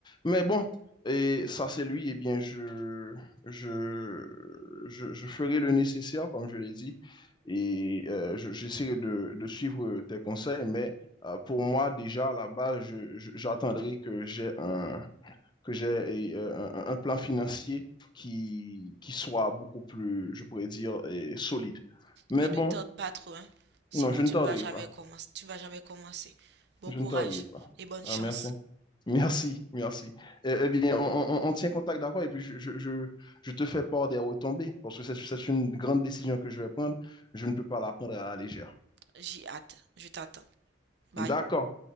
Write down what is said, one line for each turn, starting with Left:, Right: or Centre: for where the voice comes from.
Left: Mais bon, et ça c'est lui, et bien je, je, je, je ferai le nécessaire, comme je l'ai dit, et euh, je- j'essaierai de, de suivre tes conseils, mais euh, pour moi, déjà, à la base, je- je- j'attendrai que j'ai un que j'ai euh, un, un plan financier qui, qui soit beaucoup plus, je pourrais dire, euh, solide. Mais
Right: Mais
Left: bon,
Right: ne tarde pas trop, hein. Sinon,
Left: non, je ne
Right: tu
Left: tarderai
Right: ne vas jamais
Left: pas.
Right: commencer. Tu ne vas jamais commencer. Bon
Left: Je
Right: courage
Left: ne tarderai pas.
Right: et bonne
Left: Ah,
Right: chance.
Left: merci. Merci, merci. Eh, eh bien, on, on- on tient contact, d'accord? Et puis, je, je, je, je te fais part des retombées, parce que c'est c'est une grande décision que je vais prendre. Je ne peux pas la prendre à la légère.
Right: J'y hâte. Je t'attends. Bye.
Left: D'accord.